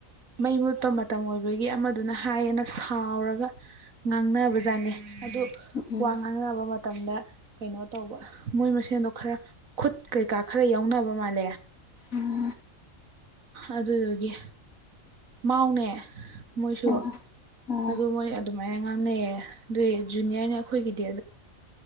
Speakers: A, on the right; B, on the left.
A: ꯃꯩ ꯃꯨꯠꯄ ꯃꯇꯝ ꯑꯣꯏꯕꯒꯤ ꯑꯃꯗꯨꯅ ꯍꯥꯏꯌꯦꯅ ꯁꯥꯎꯔꯒ ꯉꯥꯡꯅꯕꯖꯥꯠꯅꯤ ꯑꯗꯨ
B: ꯎꯝ
A: ꯋꯥ ꯉꯥꯡꯅꯕ ꯃꯇꯝꯗ ꯀꯩꯅꯣ ꯇꯧꯕ ꯃꯣꯏ ꯃꯁꯦꯟꯗꯣ ꯈꯔ ꯈꯨꯠ ꯀꯩꯀꯥ ꯈꯔ ꯌꯥꯎꯅꯕ ꯃꯥꯜꯂꯦ꯫
B: ꯎꯝ
A: ꯑꯗꯨꯗꯨꯒꯤ꯫ ꯃꯥꯎꯅꯦ ꯃꯣꯏꯁꯨ꯫
B: ꯑꯣ ꯑꯣ
A: ꯑꯗꯨ ꯃꯣꯏ ꯑꯗꯨꯃꯥꯏꯅ ꯉꯥꯡꯅꯩꯌꯦ ꯑꯗꯨꯏ ꯖꯨꯅꯤꯌꯔꯅꯦ ꯑꯩꯈꯣꯏꯒꯤꯗꯤ